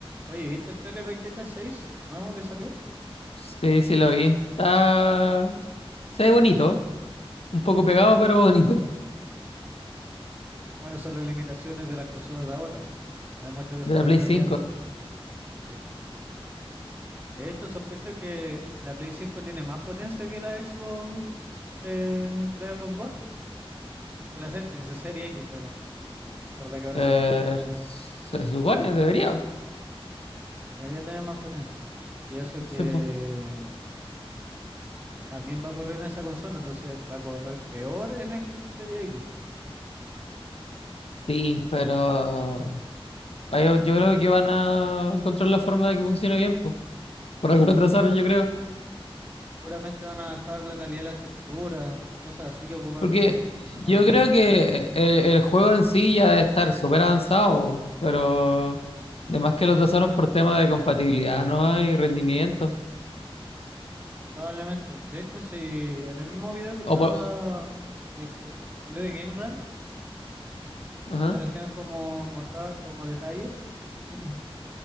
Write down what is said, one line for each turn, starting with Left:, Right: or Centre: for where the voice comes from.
Right: Oye, ¿viste el tráiler de GTA 6 nuevo que salió?
Left: Sí, sí lo vi. Está... Se ve bonito. Un poco pegado, pero bonito.
Right: Bueno, son las limitaciones de las consolas de ahora. No hay mucho que hacer
Left: De la
Right: en
Left: Play
Right: realidad
Left: cinco,
Right: al respecto. Sí. De hecho, sospecho que la Play 5 tiene más potencia que la Xbox, eh, que la Xbox One, que la serie, que la serie X, perdón. Ah, ¿Verdad que ahora
Left: Eh,
Right: se llama así?
Left: se supone, debería. No
Right: Debería tener más potencia. Y eso que
Left: sé, po.
Right: también va a correr en esa consola, entonces va a correr peor en Xbox Series X.
Left: Sí, pero... ah, Yo, yo creo que van a encontrar la forma de que funcione bien, po. Por algo lo <laughs> trazaron, yo creo.
Right: Seguramente van a bajar la calidad de las texturas, cosas así que ocupan
Left: Porque
Right: la
Left: yo
Right: memoria.
Left: creo que el, el juego en sí ya debe estar súper avanzado, pero... Además que lo trazaron por temas de compatibilidad, ¿no? Y rendimiento.
Right: Probablemente. De hecho, si en el mismo video que está
Left: O por...
Right: que, que salió de Game Ranks,
Left: Ajá,
Right: donde hacían como mostrar como detalle, <clears throat>